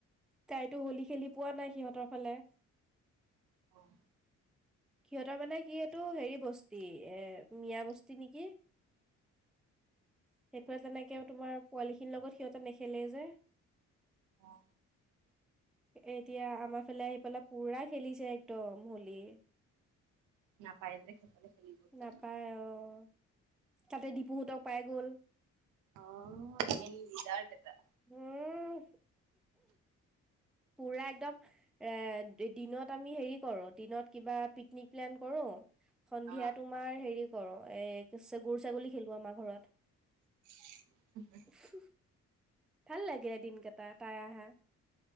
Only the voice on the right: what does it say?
অ <inaudible>
অঁ।
নাপাই যে। খেলিব যে
অঁহ', সেই লিদাৰ কেইটা।
অ
<inaudible>